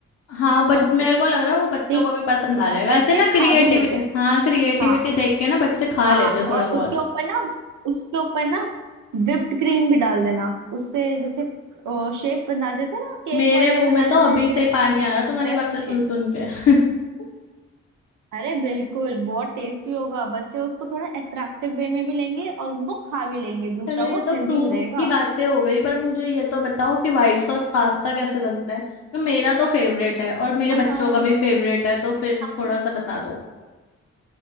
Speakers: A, on the left; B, on the right.
A: हाँ
B: कसम
A: बच मेरे
B: से
A: को लग रहा है वो बच्चों
B: ठीक
A: को भी पसंद आ
B: वो
A: जाएगा
B: बच्चे
A: ऐसे ना
B: खा
A: क्रिएटिविटी
B: भी लेते हैं
A: हाँ क्रिएटिविटी
B: हाँ
A: देख के ना बच्चे खा
B: हाँ
A: लेते हैं थोड़ा
B: और
A: बहुत
B: उसके ऊपर ना उसके ऊपर ना whipped क्रीम भी डाल देना उससे जैसे शेप बना देते हैं ना केक
A: मेरे
B: वाले
A: मुंह
B: बना
A: में तो
B: देते
A: अभी
B: हैं शेप
A: से पानी आ रहा तुम्हारी
B: वैसी
A: बातें सुन
B: शेप
A: सुन के <laughs>
B: अरे बिल्कुल बहुत टेस्टी होगा बच्चे उसको थोड़ा अट्रैक्टिव वे में भी लेंगे और उनको खा भी लेंगे दूसरा
A: चलो ये
B: वो
A: तो
B: हेल्दी
A: फ्रूट्स
B: भी रहेगा
A: की बातें हो गई पर मुझे ये तो बताओ कि व्हाइट सॉस पास्ता कैसे बनता है तो मेरा तो फेवरेट है और मेरे
B: हम
A: बच्चों का भी फेवरेट है तो फिर
B: हम
A: थोड़ा सा बता दो